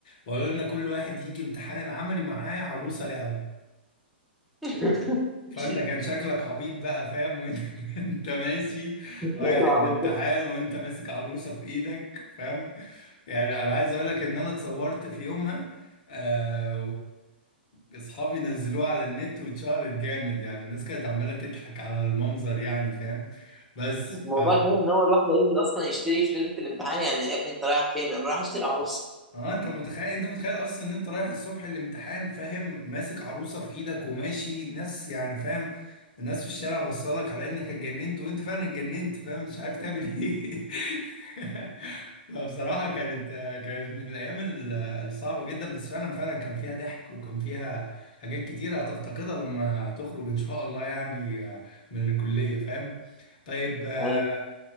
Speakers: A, on the left (about 45°); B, in the centre.
A: وقالوا لنا كل واحد يجي امتحان العملي معاه عروسه لعبه
B: <laughs>
A: فانت كان شكلك عبيط بقى فاهم وانت <laughs> انت ماشي رايح
B: لازم عروسة
A: الامتحان وانت ماسك عروسه في ايدك فاهم يعني انا عايز اقول لك ان انا اتصورت في يومها آه واصحابي نزلوه على النت واتشهرت جامد يعني الناس كانت عماله تضحك على المنظر يعني فاهم بس
B: الموضوع
A: ف
B: كمان ان هو الواحد هينزل اصلا يشتري في ليلة الامتحان يعني يا ابني انت رايح فين؟ انا رايح اشتري عروسة
A: اه انت متخيل انت متخيل اصلا ان انت رايح الصبح الامتحان فاهم ماسك عروسه في ايدك وماشي ناس يعني فاهم الناس في الشارع بصلك على انك اتجننت وانت فعلا اتجننت فاهم مش عارف تعمل ايه <laughs> فبصراحه كانت كانت من الايام ال- الصعبه جدا بس فعلا فعلا كان فيها ضحك وكان فيها حاجات كتيره هتفتقدها لما تخرج ان شاء الله يعني آه، من الكليه فاهم طيب آه،
B: أيوة.